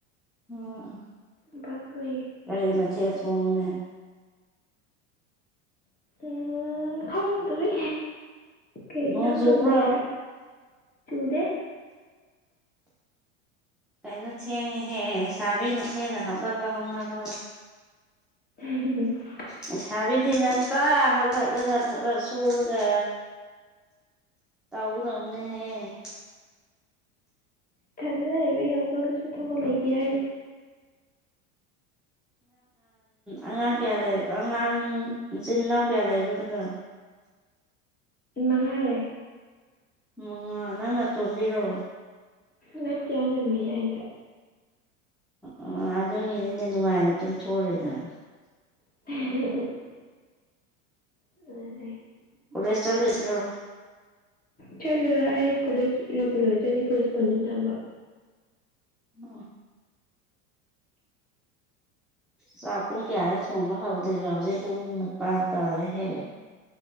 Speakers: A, in the centre; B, on the left (about 25°).
A: ꯎꯝ
B: <unintelligible>
A: ꯀꯔꯤ ꯃꯊꯦꯜ ꯊꯣꯡꯉꯦ
B: ꯎꯝ ꯈꯪꯗ꯭ꯔꯤ ꯀꯩꯖꯥꯡ
A: ꯅꯣꯡ ꯆꯨꯕ꯭ꯔꯣ
B: ꯊꯣꯡꯁꯤꯔ ꯆꯨꯗꯦ
A: ꯀꯩꯅꯣ ꯊꯦꯡꯉꯦꯍꯦ ꯂꯩꯁꯥꯕꯤꯅ ꯊꯦꯡꯅ ꯍꯧꯒꯠꯄ ꯍꯧꯅꯕ꯭ꯔꯣ
B: <inaudible>
A: ꯂꯩꯩꯁꯥꯕꯤꯗꯤ ꯉꯟꯇꯥ ꯍꯧꯞꯒꯠꯂꯒ ꯊꯕꯛ ꯁꯨꯔꯒ ꯇꯧꯒꯗꯧꯅꯦꯍꯦ
B: ꯏꯊꯟꯗ ꯂꯩꯕ ꯍꯧꯒꯠꯂꯁꯨ ꯊꯕꯛ ꯂꯩꯇꯦ ꯍꯥꯏ
A: ꯑꯉꯥꯡ ꯀꯌꯥ ꯂꯩ ꯑꯉꯥꯡ ꯏꯆꯤꯟ ꯏꯅꯥꯎ ꯀꯌꯥ ꯂꯩꯕꯒꯅꯣ
B: ꯃꯉꯥꯔꯦ
A: ꯃꯉꯥ ꯅꯪꯅ ꯇꯣꯝꯕꯤꯔꯣ
B: ꯅꯠꯇꯦ ꯑꯩꯅꯥ ꯃꯌꯥꯏ
A: ꯑꯣ ꯑꯣ ꯑꯗꯨꯒꯤꯅꯤꯅꯦ ꯅꯨꯡꯉꯥꯏꯅ ꯑꯗꯨꯝ ꯊꯣꯛꯎꯔꯦꯗꯅ
B: <inaudible> <unintelligible>
A: ꯀꯣꯂꯦꯖ ꯆꯠꯂꯣꯏꯗ꯭ꯔꯣ
B: ꯆꯂꯣꯏꯔ ꯑꯩ ꯀꯣꯂꯦꯖ ꯒꯨꯂꯔꯖꯤ ꯀꯦꯁꯄꯣꯟ ꯊꯝꯕ
A: ꯑ ꯆꯥꯛ ꯄꯨꯡ ꯀꯌꯥꯗ ꯊꯣꯡꯕ ꯍꯧꯗꯣꯏꯕꯣ ꯍꯧꯖꯤꯛ ꯄꯨꯡ ꯅꯤꯄꯥꯥꯟ ꯇꯥꯔꯦꯍꯦ